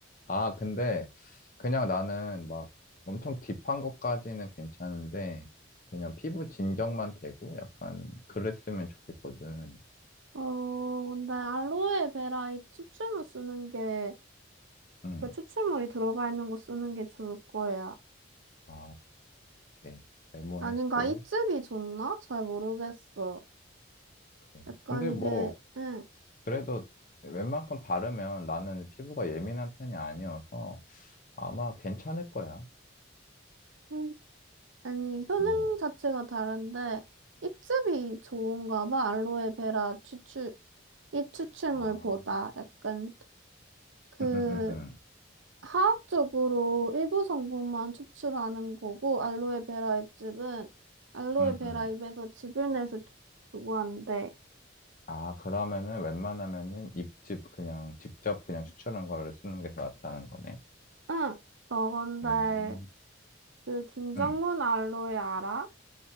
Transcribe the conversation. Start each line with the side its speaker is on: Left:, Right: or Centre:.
Left: 아, 근데 그냥 나는 막 엄청 딥한 것까지는 괜찮은데 그냥 피부 진정만 되고 약간 그랬으면 좋겠거든.
Right: 어, 근데 알로에베라 잎 추출물 쓰는 게,
Left: 응.
Right: 그 추출물이 들어가 있는 거 쓰는 게 좋을 거야.
Left: 아, 오케이. 메모했고.
Right: 아닌가? 잎즙이 좋나? 잘 모르겠어.
Left: 그래.
Right: 약간
Left: 근데
Right: 이게,
Left: 뭐
Right: 응,
Left: 그래도 웬만큼 바르면 나는 피부가 예민한 편이 아니어서 아마 괜찮을 거야.
Right: 음, 아니, 효능
Left: 응.
Right: 자체가 다른데, 잎즙이 좋은가 봐, 알로에베라 추출, 입 추출물보다
Left: 아.
Right: 약간 그
Left: 응, 응, 응, 응.
Right: 화학적으로 일부 성분만 추출하는 거고 알로에베라 잎즙은 알로에베라
Left: 응, 응.
Right: 잎에서 즙을 내서 주- 주고 한대.
Left: 아, 그러면은 웬만하면은 입즙 그냥 직접 그냥 추출한 거를 쓰는 게 더 낫다는 거네.
Right: 응, 너건데
Left: 음,
Right: 그 김정문
Left: 음.
Right: 알로에 알아?